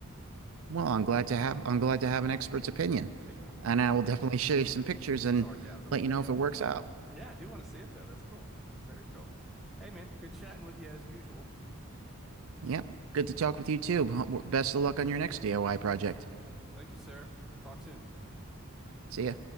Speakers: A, on the right (about 70°); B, in the centre.
A: Well, I'm glad to have
B: <laughs>
A: I'm glad to have an expert's opinion.
B: Yeah.
A: And I will definitely show you some pictures and
B: Sarcasm,
A: let
B: but
A: you know
B: yeah.
A: if it works out.
B: Yeah, I do want to see it though. That's cool. Very cool. Hey man, good chatting with you as usual.
A: Yep. Good to talk with you too. Best of luck on your next DIY project.
B: Thank you, sir. Talk soon.
A: See ya.